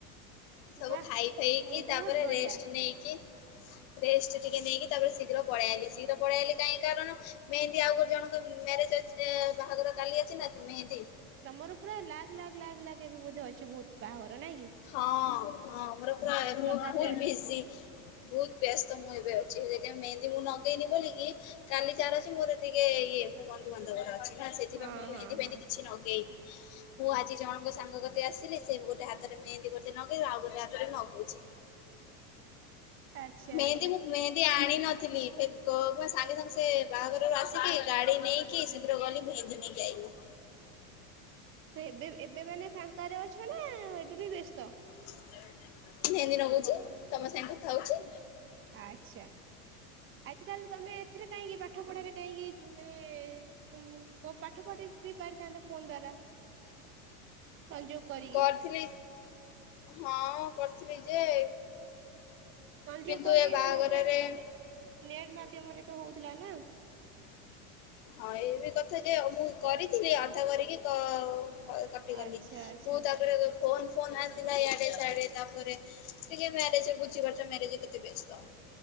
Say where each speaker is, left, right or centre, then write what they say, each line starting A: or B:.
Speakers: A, on the left; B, on the right.
A: ସବୁ
B: ବା
A: ଖାଇ ଫେଇକି
B: ବହୁତ
A: ତାପରେ
B: ବଢିଆ
A: ରେଷ୍ଟ ନେଇକି ରେଷ୍ଟ ଟିକେ ନେଇକି ତାପରେ ଶୀଘ୍ର ପଳେଆଇଲି, ଶୀଘ୍ର ପଳେଇଆଇଲି କାଇଁ କାରଣ ମେହେନ୍ଦି ଆଉ ଗୋର ଜଣ ତ ମ୍ୟାରେଜ୍ ଅଛିନା, ବାହାଘର କାଲି ଅଛି ନା ତ ମେହେନ୍ଦୀ
B: ତୋମର ପୁରା ଲାଗ୍ ଲାଗ୍ ଲାଗ୍ ଲାଗ୍ ଏବେ ବୋଧେ ଅଛି ବହୁତ ବାହାଘର ନାଇଁ କି?
A: ହଁ, ହଁ ମୋର ପୁରା ଫୁଲ୍
B: ଲଗାତାର।
A: ବିଜି। ବହୁତ ବ୍ୟସ୍ତ ମୁଁ ଏବେ ଅଛି, ଯେତିକ ମେହେନ୍ଦୀ ମୁଁ ନଗେଇନି ବୋଲିକି କାଲି ଚାର ଅଛି ମୋର ଟିକେ ଇଏ ମୁଁ ବନ୍ଧୁବାନ୍ଧବର ଅଛି। ନା ସେଥିପାଇଁ
B: ହଁ
A: ମୁଁ ମେହେନ୍ଦି
B: ହଁ
A: ଫେହେନ୍ଦି
B: ହଁ
A: କିଛି ନଗେଇନି। ମୁଁ ଆଜି ଜଣଙ୍କ ସାଙ୍ଗ କତି ଆସିଲି ସେ ଗୋଟେ ହା ତରେ ମେହେନ୍ଦି ଗୋଟେ ନଗେଇଲା, ଆଉ ଗୋଟେ ହାତରେ ନଗଉଛି।
B: ଆଚ୍ଛା
A: ମେଏନ୍ଦି
B: ଆଚ୍ଛା
A: ମୁଁ ମେନ୍ ସିଏ ଆଣିନଥିଲି ସେ କୋ- ସାଙ୍ଗେ ସାଙ୍ଗେ ସେ ବାହାଘରରୁ ଆସିକି ଗାଡି ନେଇ କି ଶୀଘ୍ର ଗଲି ମେହେନ୍ଦି ନେଇକି ଆଇଲି।
B: ସେ ଏବେ ଏବେ ମାନେ ଫାଙ୍କାରେ ଅଛ ନା ଏବେ ବି ବ୍ୟସ୍ତ?
A: ମେହେନ୍ଦି ନଗଉଛି, ତୋମ ସାଙ୍ଗେ କଥା ହଉଛି।
B: ଆଚ୍ଛା, ଆଜିକାଲି ତୋମେ ଏଥିରେ କାହିଁକି ପାଠପଢ଼ାରେ କାହିଁକି ତୁମେ କୁମୁଆ କୋଉ ପାଠ ପଢି ବିି ପାରିଥାନ୍ତ ଫୋନ୍ ଦ୍ଵାରା। ସଂଯୋଗ କରିକି
A: କରିଥିଲି ହଁ କରିଥିଲି ଯେ
B: ସଂଯୋଗ
A: କିନ୍ତୁ
B: କରିଦେଇଥାନ୍ତେ
A: ଏ ବାହାଘରରେ
B: ଆପଣ ଏ ନେଟ୍ ମାଧ୍ୟମରେ ତ ହଉଥିଲା ନା।
A: ହଁ ଏ ବି କଥା ଯେ ମୁଁ କରିଥିଲି ଅଧା କରିକି କ ଅ, କଟିଗଲି,
B: ଆଚ୍ଛା ଆଚ୍ଛା।
A: ମୁଁ ତାପରେ <unintelligible> ଫୋନ୍ ଫୋନୂ ଆସିଲା ଇଆଡେ ସିଆଡେ ତାପରେ ଟିକେ ମ୍ୟାରେଜ ବୁଝି ପାରୁଛ ମ୍ୟାରେଜ୍ ରେ କେତେ ବେସ୍ତ।